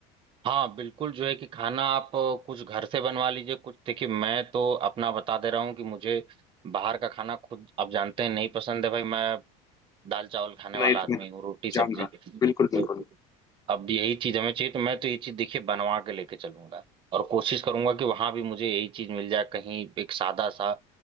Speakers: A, on the right; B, on the left.
A: हाँ बिल्कुल जो है कि खाना आप अ, कुछ घर से बनवा लीजिए कुछ देखिए मैं तो अपना बता दे रहा हूँ कि मुझे बाहर का खाना खुद आप जानते हैं नहीं पसंद है भाई मैं दाल चावल खाने
B: नहीं
A: वाला
B: तो
A: आदमी
B: मैं
A: हूँ रोटी सब्जी
B: जान रहा
A: तो
B: बिल्कुल बिल्कुल
A: अब यही चीज हमें चाहिए तो मैं तो ये चीज देखिए बनवा के लेके चलूंगा और कोशिश करूंगा कि वहां भी मुझे यही चीज मिल जाए कहीं एक सादा सा